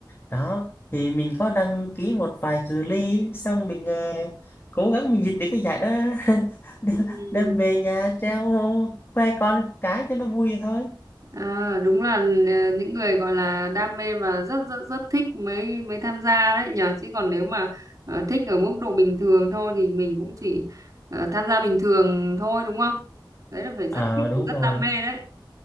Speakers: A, on the left; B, on the right.
A: Đó, thì mình có đăng ký một vài cự ly, xong mình à, cố gắng mình giật được cái giải đó, <laughs> đem
B: Ừ.
A: đem về nhà treo khoe con cái cho nó vui vậy thôi.
B: À, đúng là ờ, những người gọi là đam mê và rất rất rất thích mới mới tham gia đấy nhở chứ còn nếu mà ờ, thích ở mức độ bình thường thôi thì mình cũng chỉ ờ, tham gia bình thường thôi đúng không? Đấy là phải rất
A: Ờ,
B: thích
A: đúng
B: rất
A: rồi.
B: đam mê đấy.